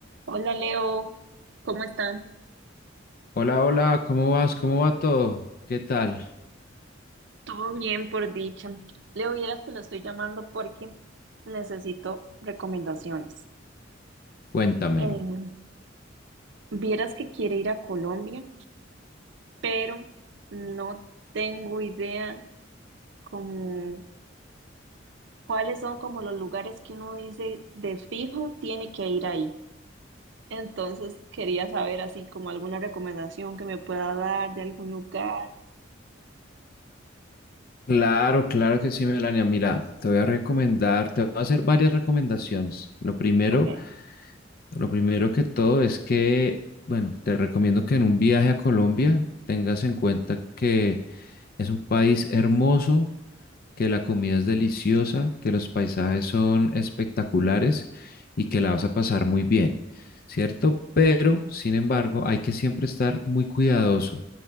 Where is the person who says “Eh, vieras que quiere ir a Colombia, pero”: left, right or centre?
Right